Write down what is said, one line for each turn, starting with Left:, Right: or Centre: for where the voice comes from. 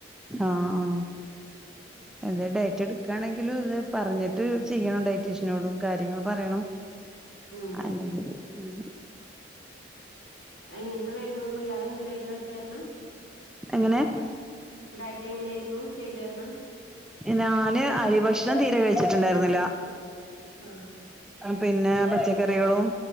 Centre: ആ ആ എന്ത ഡേറ്റ് എടുക്കയാണെ ഇലും ഇത് പറഞ്ഞിട്ട് ചെയ്യണണ്ടായി ടീഷനോടും കാര്യങ്ങള് പറയണം
Left: ഉം
Centre: അല്ലെങ്കി ഉം
Left: ഇങ്ങനത്തതായിരുന്നു പിള്ളേര് എങ്ങനത്തായിരുന്നു എടുത്തായിരുന്ന്
Centre: എങ്ങനെ
Left: ഡയറ്റ് എങ്ങനെയായിരുന്നു ചെയ്തായിരുന്നെ
Centre: ഞാന് അരി ഭക്ഷണം തീരെ കഴിച്ചിട്ടുണ്ടായിരുന്നില്ല
Left: ആഹ്
Centre: പിന്നെ പച്ച കറികളും